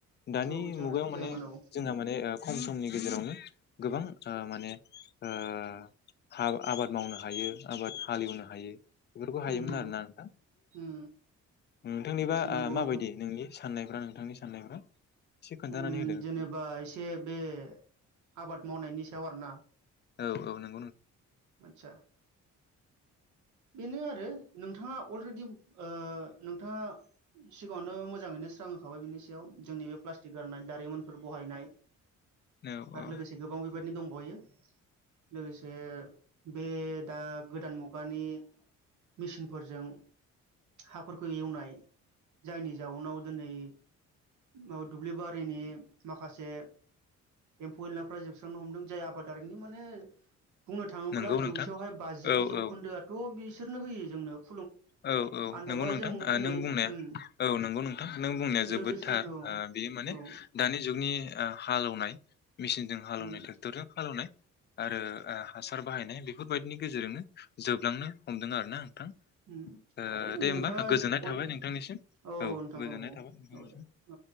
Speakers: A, on the left; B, on the right.
A: दानि
B: औ जानाथ'
A: मुगायाव
B: जायामोन
A: माने
B: औ
A: जोंना माने ओ खम समनि गेजेरावनो गोबां ओ माने ओ हा आबाद मावनो हायो आबाद हालेवनो हायो। बेफोरखौ
B: उम
A: हायोमोन
B: उम
A: आरोना नोंथां
B: उम
A: नोंथांनिबा
B: जानांगौ
A: आ माबायदि
B: नोंथां
A: नोंनि साननायफ्रा नोंथांनि साननायफ्रा एसे खोन्थानानै
B: उम उम
A: होदो नोंथाङा
B: जेनेबा एसे बे आबाद मावनायनि सायाव आरोना।
A: औ औ नों
B: आतसा बेनो आरो नोंथांङा अलरेडि ओ नोंथांङा सिगांङावनो मोजांङैनो स्रां होखाबाय बिनि सायाव जोंनि बे प्लास्टिक गारनाय दारिमनफोर बहायनाय।
A: औ
B: आरो
A: औ
B: लोगोसे गोबां बे बेबायदिनो दंबावयो लोगोसे बे दा गोदान मुगानि मिसिनफोरजों हाफोरखौ एवनाय जायनि जाउनाव दोनै माव दुब्लि बारिनि माखासे एम्फौ एनला फो फ्रा जोबस्रांनो हमदों जाय आबादारिनि माने बुंनो थांङोब्ला
A: नंगौ नोंथां
B: जौसेयावहाय बाजि
A: औ
B: जौखोन्दोआ
A: औ
B: <unintelligible> होयो जोंनो
A: औ औ
B: आन्थाइबा
A: नंगौ नोंथां
B: जों दिनै
A: ओ नों बुंनाया
B: उम
A: औ नंगौ नोंथां नों बुंनाया जोबोदथार
B: लोगोसे औ
A: ओ बेयो माने
B: औ
A: दानि जुगनि ओ हालेवनाय मेसिनजों हालेवनाय
B: उम
A: ट्रेक्टरजों हालेवनाय। आरो ओ हासार बाहायनाय बेफोरबायदिनि गेजेरजोंनो जोबलांनो हमदों आरो ना नोंथां।
B: उम
A: ओ
B: आरो
A: दे
B: नोंथाङा
A: होमबा गोजोननाय
B: औ
A: थाबाय नोंथांनिसिम
B: नोंथां
A: औ गोजोननाय
B: औ
A: थाबाय।
B: औ दे औ